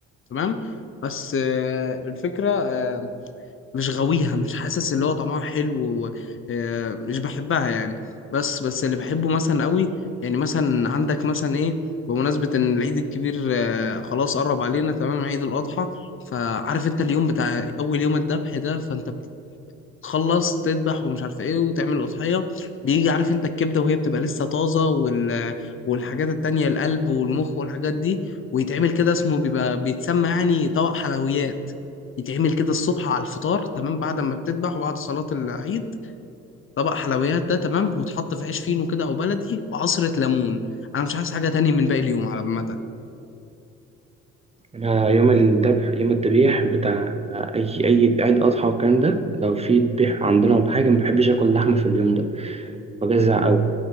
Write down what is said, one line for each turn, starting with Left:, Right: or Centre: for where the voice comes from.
Left: تمام بس آه، الفكرة آه، مش غاويها مش حاسس اللي هو طعمها حلو و- آه، مش بحبها يعني بس بس اللي بحبه مثلا قوي يعني مثلا عندك مثلا ايه بمناسبة ان العيد الكبير آه، خلاص قرب علينا تمام عيد الأضحى فعارف انت اليوم بتاع اول يوم الذبح ده فانت تخلص تذبح ومش عارف ايه وتعمل اضحيه بيجي عارف انت الكبده وهي بتبقى لسه طازه وال... والحاجات التانية القلب والمخ والحاجات دي ويتعمل كده اسمه بيبقى بيتسمى يعني طبق حلويات يتعمل كده الصبح على الفطار تمام بعد ما بتذبح وبعد صلاه العيد طبق حلويات ده تمام وتحط في عيش فينو كده او بلدي وعصره ليمون انا مش عايز حاجه تاني من باقي اليوم على عامه
Right: أنا يوم الذبح يوم الذبيح بتاع أي أي عيد أضحى والكلام ده لو في ذبيح عندنا ولا حاجة ما بحبش آكل لحمة في اليوم ده بجزع قوي